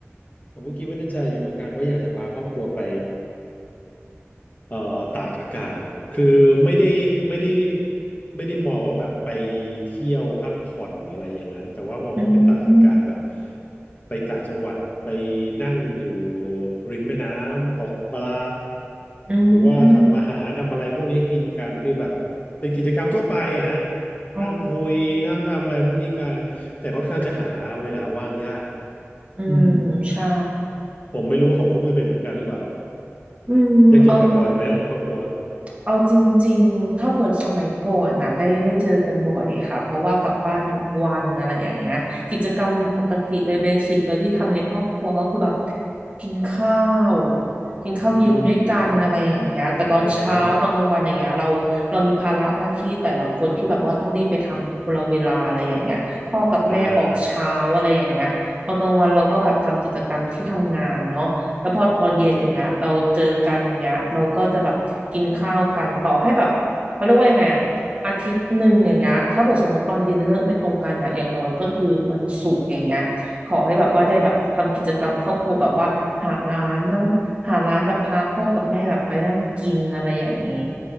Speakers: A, on the left; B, on the right.
A: ผมก็คิดว่าในใจอยู่เหมือนกันว่าอยากจะพาครอบครัวไปเอ่อตากอากาศคือไม่ได้ไม่ได้ไม่ได้มองว่าแบบไปเที่ยวพักผ่อนอะไรอย่างนั้นแต่ว่ามองว่าไปตากอากาศแบบ
B: อืม
A: ไปต่างจังหวัดไปนั่งอยู่ริมแม่น้ำตกปลา
B: อื
A: หรือว่าทำอาหารทำอะไรพวกนี้กินกันคือแบบเป็นกิจกรรมทั่วไปอะฮะ
B: มอ๋อ
A: นั่งคุยนั่งทำอะไรพวกนี้กันแต่ค่อนข้างจะหาเวลาว่างยาก
B: อืมใช่
A: อืม ผมไม่รู้ว่าของคุณอุ้ยเป็นเหมือนกันหรือเปล่า
B: อืมเอา
A: ได้เจอกันบ่อยไหมฮะของครอบครัว
B: เอาจริงๆถ้าเผื่อสมัยก่อนน่ะได้ได้เจอกันบ่อยค่ะเพราะว่ากลับบ้านทุกวันอะไรอย่างเงี้ยกิจกรรมปกติเลยเบสิกเลยที่ทำในครอบครัวก็คือแบบกินข้าวกินข้าวเย็นด้วยกันอะไรอย่างเงี้ยแต่ตอนเช้าตอนกลางวันอย่างเงี้ยเราเรามีภาระหน้าที่แต่ละคนที่แบบว่าต้องรีบไปทำคนละเวลาอะไรอย่างเงี้ยพ่อกับแม่ออกเช้าอะไรอย่างเงี้ยตอนกลางวันเราก็แบบทำกิจกรรมที่ทำงานเนาะ
A: อืมอ่าฮะอ่า
B: แล้วพอตอนเย็นอย่างเงี้ยเราเจอกันอย่างเงี้ยเราก็จะแบบกินข้าวกันต่อให้แบบเขาเรียกว่ายังไงอะอาทิตย์หนึ่งอย่างเงี้ยถ้าเกิดสมมติตอนเย็นเลิกไม่ตรงกันอะอย่างน้อยก็คือวันศุกร์อย่างเงี้ยขอให้แบบว่าได้แบบทำกิจกรรมครอบครัวแบบว่าหาร้านนั่งหาร้านแบบพาพ่อกับแม่แบบไปนั่งกินอะไรอย่างนี้
A: เข้าใจได้